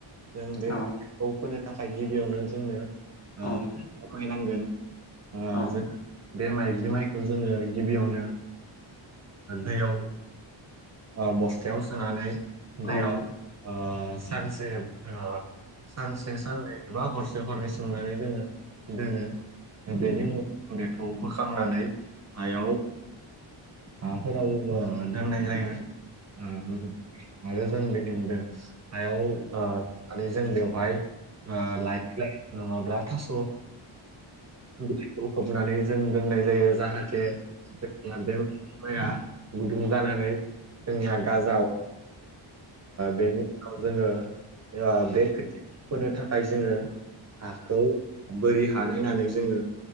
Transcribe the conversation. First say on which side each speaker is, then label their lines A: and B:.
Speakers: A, on the right (about 35°); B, on the left (about 30°).
A: जों बे
B: औ
A: खोथियाखौ फोनो थाखाय गिबियावनो जोंनो ओ
B: औ
A: खमायनांगोन ओ
B: औ
A: जों बे माइज्लि माइखौ जोङो गिबियावनो दैयाव ओ बस्थायाव सोनानै दैयाव
B: औ औ
A: ओ सानसे ओ सानसे साननै बा हरसे हरनै सोमनानै जोङो दोनो बेनि उनाव बेखौ बोखांनानै हायाव हाफोराव ओ दोननाय जायो। आरो जों बेदों हायाव ओ आरो जों बेवहाय ओ लाय बिलाय नङाब्ला थास' खौ खोबनानै जों दोननाय जायो जाहाथे ना बेफाया गुदुं जानानै जोंनिहा गाजाव बेनि उनाव जोङो बे खोथिया होनो थाखाय जोङो हाखौ बोरि हा नायनानै जोङो